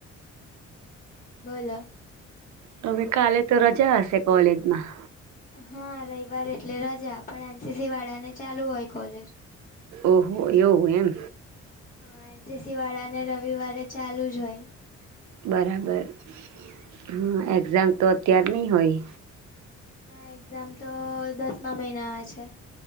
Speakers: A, on the left; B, on the right.
A: બોલો
B: તમે કાલે તો રજા હશે કોલેજમાં?
A: હા રવિવાર એટલે રજા પણ એન સી સી વાળા ને ચાલુ હોય કોલેજ
B: ઓહો એવુ એમ.
A: હા એન સી સી વાળાને રવિવારે ચાલુ જ હોય.
B: બરાબર હ એક્ઝામ તો અત્યાર તો નઈ હોય.
A: ના એક્ઝામ તો દસમા મહિનામાં છે.